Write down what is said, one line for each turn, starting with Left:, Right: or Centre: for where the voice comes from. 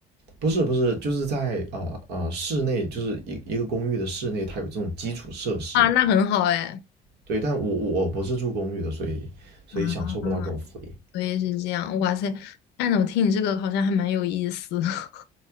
Right: 不是不是，就是在啊啊、呃呃室内，就是一一个公寓的室内，它有这种基础设施。
Left: 啊，那很好哎。
Right: 对，但我我不是住公寓的，所以所以享受不到这种福利。
Left: 啊，所以是这样，哇塞！按照我听你这个好像还蛮有意思。<laughs>